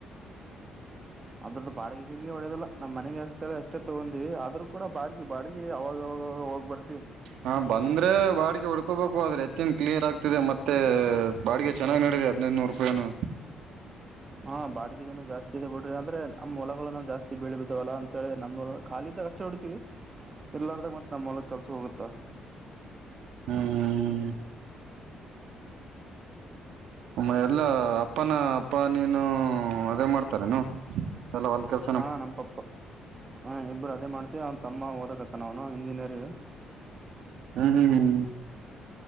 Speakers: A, on the right; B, on the right.
A: ಅದ್ರದ್ದ ಬಾಡಿಗೆ ಗಿಡಿಗೆ ಹೊಡೋದಲ್ಲ ನಮ್ ಮನೆಗೆ ಅಸ್ತಾಳೆ ಅಷ್ಟೇ ತೊಗೊಂಡಿವವಿ ಆದ್ರೂ ಕೂಡ ಬಾಗೆ ಬಾಡಿಗೆ ಅವವಾಗಾಗ ಹೋಗ್ ಬರ್ ದು
B: ಹಾ ಬಂದ್ರೆ ಬಾಡಿಗೆ ಹುಡ್ ಹಾಕೋಬೇಕು ಆದ್ರೆ ಎತ್ತನ್ ಕ್ಲಿಯರ್ ಆಗ್ತಿದೆ ಮತ್ತೆ ಬಾಡಿಗೆ ಚೆನ್ನ್ ನಡಿದೆ ಹದ್ದ್ನೂರು ರೂಪಾಯನು
A: ಹಾ ಬಾಡಿಗೆ ಜನ ಜಾಸ್ತಿ ಇದೆ ಬಿಡ್ರಿ ಅ್ರೆ ನಮ್ಮ ಒಳಗಳನ ಜಾಸ್ತಿ ಬಳಿ ಬಿದ್ದಾವಲ್ಲ ಅಂತ ಹೇಳಿ ನಮ್ ಒ ಲಿದಾಗ ಅಷ್ಟ ಹೊಡಿತೀವಿ ಎಲ್ಲಾರದಾಗ ಮತ್ತತ್ ನಮ್ಮ್ ಮಲ ಕೆಲ್ಸ ಹೋಗುತ್ತಾ
B: ಹ್ಮ್ ಹ್ಮ ಹ್ಮ್ ಮ್ಮ ಎಲ್ಲಾ ಅಪ್ಪನ ಅಪ್ಪ ನೀನು ಅದೇ ಮಾಡ್ತಾರೇನು ಎಲ್ಲ ಹೊಲ್ ಕೆಲ್ಸ
A: ಹಾ ನಮ್ಮ ಪಪ್ಪ ಹ ಇಬ್ಬರು ಅದೇ ಮಾಡ್ತಿವಿ ಅವನ್ ತಮ್ಮ ಓದಕತ್ತ ನ ಅವ್ನು ಇಂಜಿನಿಯರ.
B: ಹ್ಮ್ ಹ್ಮ್ ಹ್ಮ್